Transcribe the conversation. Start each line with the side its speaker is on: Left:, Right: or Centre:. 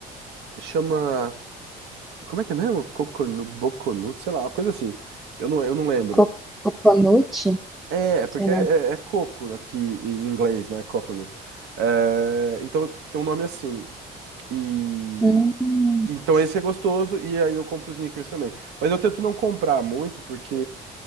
Right: chama. Como é que é mesmo? Coconut, Boconut, sei lá, uma coisa assim. Eu não, eu não lembro.
Centre: co coconut,
Right: É, é porque
Centre: sei lá.
Right: é, é é coco aqui em inglês, né? Coconut. É, então tem um nome assim. E
Centre: Hum,
Right: Então esse é gostoso e aí eu compro os Snickers também. Mas eu tento não comprar muito porque